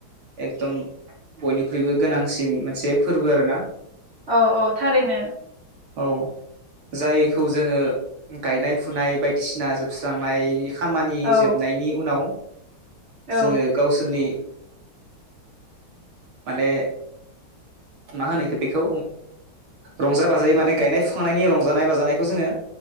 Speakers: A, on the right; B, on the right.
A: एकदम बयनिख्रुइबो गोनांसिन मोनसे फोरबो आरो ना
B: औ औ थारैनो
A: औ जाय खौ जोङो गायनाय फुनाय बायदिसिना जोबस्रांनाय खामानि
B: औ
A: जोबनायनि उनाव
B: औ
A: जोङो गावसोरनि माने मा होनोख बेखौ रंजा बाजायै माने गायनाय फुनायनि रंजानाय बाजानाय खौ जोङो